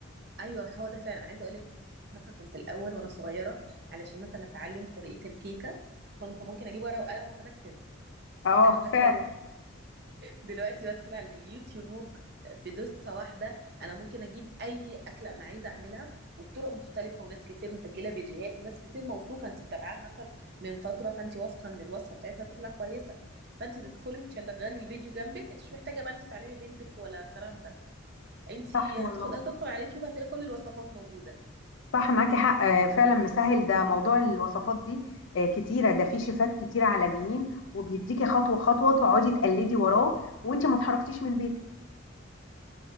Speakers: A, on the right; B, on the left.
A: ايوه هو ده فعلا عايزه اقول لك مثلا كنت الاول وانا صغيره علشان مثلا اتعلم طريقه الكيكه كنت ممكن اجيب ورقه وقلم واقعد اكتب
B: اه
A: انا فاكره
B: فعلا
A: دلوقتي بدخل على اليوتيوب بدوسة واحدة أنا ممكن أجيب أي أكلة أنا عايزة أعملها وبطرق مختلفة وناس كتير مسجلة فيديوهات وناس كتير موثوقة أنت متابعاها مثلا من فترة فأنت واثقة إن الوصفة بتاعتها تطلع كويسة فأنت تدخلي وتشغلي الفيديو جنبك أنت مش محتاجة بقى أنت تعلمي بنتك ولا الكلام ده أنت
B: صح والله
A: هتاخد هتدخل على اليوتيوب هتلاقي كل الوصفات موجودة
B: صح معاكي حق آه، فعلا مسهل ده موضوع الوصفات دي آه، كتيرة ده في شيفات كتير عالميين وبيديكي خطوة خطوة تقعدي تقلدي وراه وانت ما اتحركتيش من بيتك